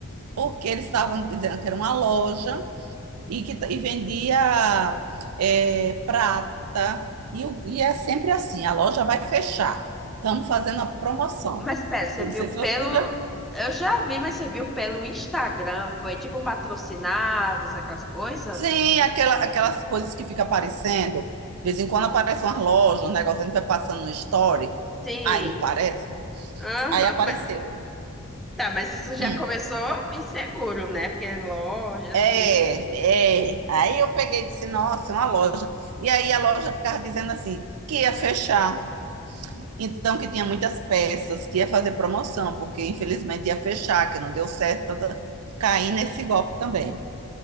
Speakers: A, on the right; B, in the centre.
A: porque eles estavam dizendo que era uma loja e que t- e vendia é, prata, e, o- e é sempre assim: a loja vai fechar, estamos fazendo a promoção.
B: Mas pera, você
A: Eu
B: viu
A: não sei se
B: pelo.
A: você já
B: Eu já vi, mas você viu pelo Instagram? Foi tipo patrocinados, aquelas coisas?
A: Sim, aquela, aquelas coisas que fica aparecendo. De vez em quando aparece uma loja, um negócio, a gente vai passando no story.
B: Sim.
A: Ai, não parece?
B: Aham.
A: Aí apareceu.
B: Tá, mas isso já
A: Hum.
B: começou inseguro, né? Porque é loja, assim.
A: É, é. Aí eu peguei e disse, nossa, é uma loja. E aí a loja ficava dizendo assim, que ia fechar. Então, que tinha muitas peças, que ia fazer promoção, porque infelizmente ia fechar, que não deu certo. tá, tá. Caí nesse golpe também.